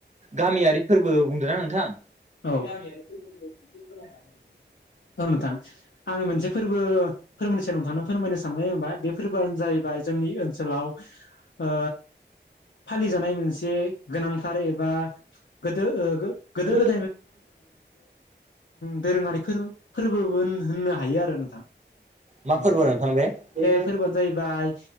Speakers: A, on the right; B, on the left.
A: गामियारि फोरबो बुंदों ना नोंथां बे
B: औ गामियारि फोरबोखौ एसे फोरमायना होनायसै औ नोंथां आं मोनसे फोरबो फोरबोनिनि सायावनो नोंथां फोरमायनो सानबाय होनबा फोरबोआनो जाहैबाय जोंनि ओनसोलाव ओ फालिजानाय मोनसे गोनांथार एबा गोदो गोदो गोदा
A: औ
B: दोरोङारि फोरबो फोरबोबो होननो हायो आरो नोंथां
A: मा
B: औ
A: फोरबो नोंथां बे बे
B: फोरबोआनो जाहैबाय